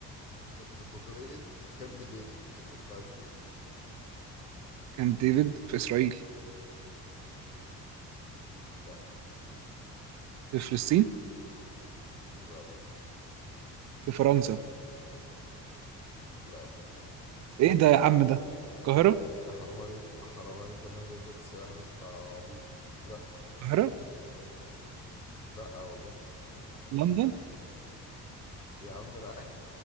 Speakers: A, on the left; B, on the right.
A: اتفاقية كامب ديفيد اتوقعت فين؟
B: كان ديفيد في اسرائيل
A: لا
B: في فلسطين
A: لا برضه
B: في فرنسا
A: لا برضه
B: ايه ده يا عم ده القاهره
A: يعني حرام عليك حرام عليك والله جايب لك سؤال عبيط لا
B: القاهره
A: لا والله
B: لندن
A: يا عم لا